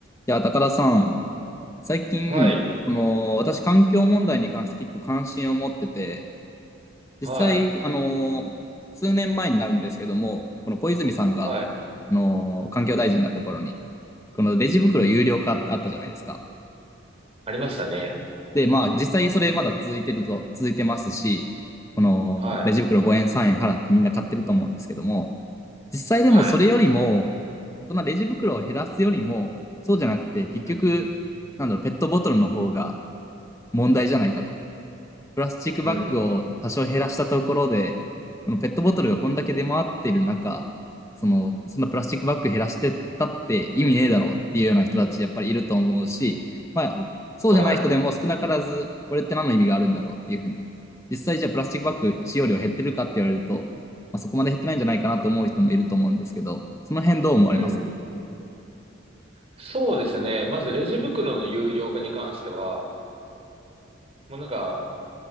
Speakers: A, on the left (about 15°); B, on the right (about 35°).
A: いや、高田さん、最近、
B: はい、
A: この、私、環境問題に関して結構関心を持ってて、実際、
B: はい、
A: あの、数年前になるんですけども、この小泉さんが、
B: はい、
A: あの、環境大臣だった頃に、このレジ袋有料化ってあったじゃないですか。
B: うん、うん。ありましたね。
A: で、まあ、実際それまだ続いてると、続いてますし、この、
B: はい、
A: レジ袋5円、3円払ってみんな買ってると思うんですけども、実際でもそれよりも、
B: はい、
A: そのレジ袋を減らすよりも、そうじゃなくて、結局、
B: うん、
A: なんだろう、ペットボトルの方が、問題じゃないかと。プラスチックバッグを多少減らしたところで、
B: うん、
A: このペットボトルがこんだけ出回ってる中、その、そんなプラスチックバッグ減らしてたって意味ねえだろうっていうような人たちやっぱりいると思うし、まあ、そうじゃない人でも少なからず、
B: はい、
A: これって何の意味があるんだろうっていうふうに。実際じゃあプラスチックバッグ使用量減ってるかって言われると、まあ、そこまで減ってないんじゃないかなと思う人もいると思うんですけど、その辺どう思われますか
B: うん。そうですね。まずレジ袋の有料化に関しては、もうなんか、